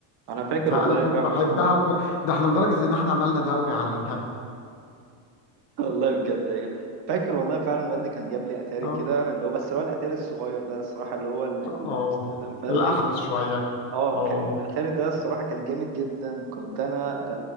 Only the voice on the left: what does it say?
فأنا
كنت
بحبها وكو... ده احنا لدرجة إن احنا عملنا دوري عليها
اه
اه آه.
الأحدث شوية
اه